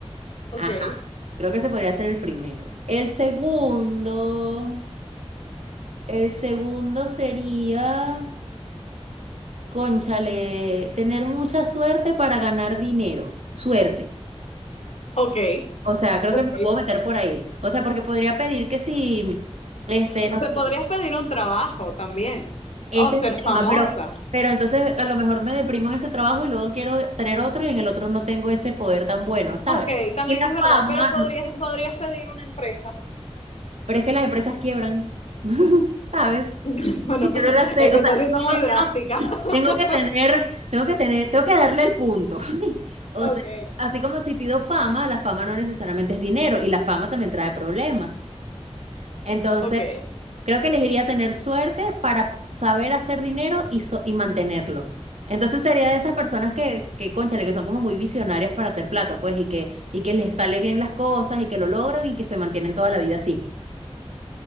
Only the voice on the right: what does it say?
Ajá. Creo que ese podría ser el primero. El segundo, el segundo sería, cónchale, tener mucha suerte para ganar dinero. Suerte.
O sea, creo
que me puedo meter por ahí. O sea, porque podría pedir que si, este, no
sé,
ese
es el
tema, pero, pero entonces a lo mejor me deprimo en ese trabajo y luego quiero tener otro y en el otro no tengo ese poder tan bueno, ¿sabes?
Y la
fama,
no,
pero es que las empresas quiebran, <laughs> ¿sabes?
Si
yo no la sé,
o
sea,
tengo,
tengo-
tengo que tener, tengo que tener, tengo que darle el punto. <laughs> O
sea, así como si pido fama, la fama no necesariamente es dinero y la fama también trae problemas. Entonces,
creo que elegiría tener suerte para saber hacer dinero y, so- y mantenerlo. Entonces sería de esas personas que, que, cónchale, que son como muy visionarias para hacer plata, pues, y que, y que les sale bien las cosas y que lo logran y que se mantienen toda la vida así.